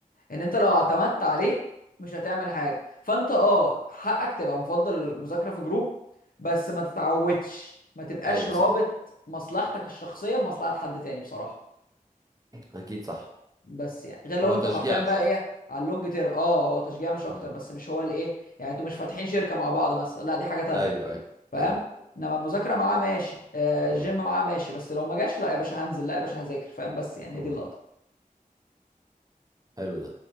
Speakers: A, on the left; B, on the right.
A: ان انت لو اعتمدت عليه مش هتعمل حاجه فانت اه حقك تبقى مفضل المذاكره في جروب بس ما تتعودش ما تبقاش
B: ايوه
A: رابط
B: صح
A: مصلحتك الشخصيه بمصلحه حد تاني بصراحه
B: اكيد صح
A: بس يعني غير لو
B: هو
A: انتوا
B: تشجيع
A: حرفيا بقى
B: مش اكتر
A: ايه على اللونج تير اه هو تشجيع مش اكتر
B: مم.
A: بس مش هو الايه يعني انتوا مش فاتحين شركه مع بعض مثلا لا دي حاجه تانيه
B: ايوه ايوه
A: فاهم
B: ايوه
A: انما المذاكره معاه ماشي آه الجيم
B: اه
A: معاه ماشي بس لو ما جاش لا يا باشا هنزل لا يا باشا هذاكر فاهم بس يعني هي
B: اه
A: دي اللقطه
B: حلو ده